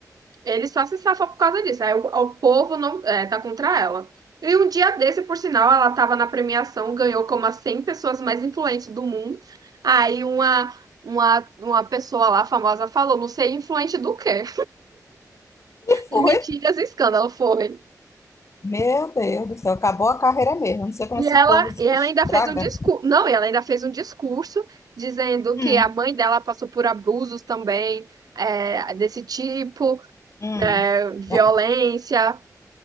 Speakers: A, on the right (about 70°); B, on the left (about 45°).
A: Ele só se safou por causa disso. Aí o, o povo não, é, tá contra ela. E um dia desse, por sinal, ela tava na premiação, ganhou como as 100 pessoas mais influentes do mundo. Aí uma, uma, uma pessoa lá famosa falou, não sei influente do quê?
B: E
A: De
B: foi.
A: mentiras e escândalo, foi.
B: Meu Deus do céu, acabou a carreira mesmo. Não sei como
A: E
B: esse
A: ela,
B: povo se
A: e ela
B: estraga.
A: ainda fez um discurso, não, e ela ainda fez um discurso dizendo
B: Hum,
A: que a mãe dela passou por abusos também, é, desse tipo,
B: hum,
A: né, violência.
B: É,